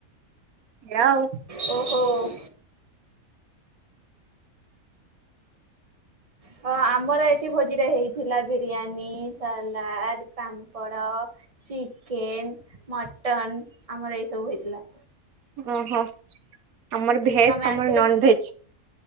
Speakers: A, on the right (about 80°); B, on the right (about 25°).
A: ଏୟା ଆଉ।
B: ଓହୋ‌। ହ ଆମର ଏଠି ଭୋଜିରେ ହେଇଥିଲା biryani, salad, papad chicken, mutton ଆମର ଏଇ ସବୁ ହେଇଥିଲା।
A: ଓହୋ ଆମର ଭେଜ
B: ତମେ
A: ତମର
B: ଆସିଥିଲ
A: ନନ ଭେଜ।